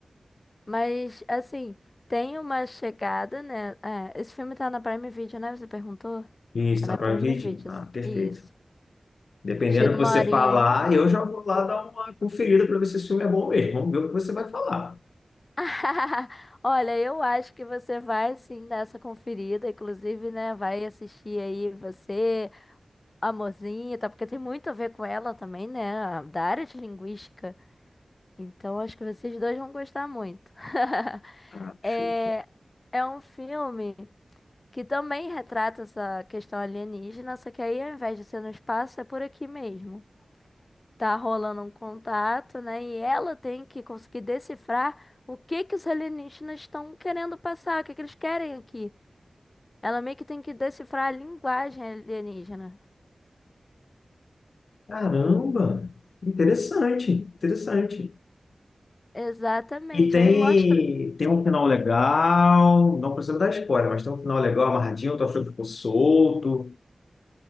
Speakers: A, on the left; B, on the left.
A: Mas, assim, tem uma chegada, né? É, esse filme tá na Prime Video, né? Você perguntou?
B: Isso,
A: Tá
B: tá
A: na
B: no
A: Prime
B: Prime Video?
A: Video.
B: Ah, perfeito.
A: Isso.
B: Dependendo
A: Tira
B: do
A: uma
B: que você
A: horinha
B: falar,
A: aí.
B: eu já vou lá dar uma conferida para ver se esse filme é bom mesmo. Vamos ver o que você vai falar.
A: <laughs> Olha, eu acho que você vai sim dar essa conferida, inclusive, né? Vai assistir aí você. Amorzinho, tá? Porque tem muito a ver com ela também, né? a- Da área de linguística. Então acho que vocês dois vão gostar muito. <laughs>
B: Ah,
A: É,
B: show.
A: é um filme que também retrata essa questão alienígena, só que aí ao invés de ser no espaço, é por aqui mesmo. Tá rolando um contato, né? E ela tem que conseguir decifrar o que que os alienígenas estão querendo passar, o que que eles querem aqui. Ela meio que tem que decifrar a linguagem alienígena.
B: Caramba! Interessante, interessante.
A: Exatamente.
B: E tem,
A: Aí mostra.
B: tem um final legal. Não precisa dar spoiler, mas tem um final legal amarradinho. Tu achou que ficou solto?